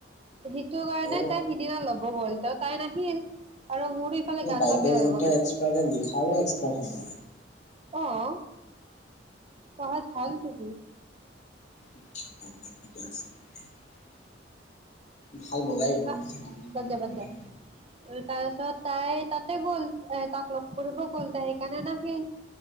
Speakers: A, on the right; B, on the left.
A: সেইটো কাৰণে
B: অ
A: তাই সিদিনা ল'ব গ'ল তাত। তাই নাহিল। আৰু মোৰ ইফালে গা
B: বাদ্যয়যন্ত্ৰ
A: চা বেয়া হৈ গ'ল
B: এক্সপাৰ্ট, লিখাৰোঁ এক্সপাৰ্ট হয়।
A: আহ পঢ়াত ভাল তুমি।
B: <unintelligible> ভাল বজাই
A: আহ
B: সি।
A: বাদ দে বাদ দে। তাৰপিছত তাই তাতে গ'ল, এ তাক লগ কৰিব গ'ল তাই সেইকাৰণে নাহে।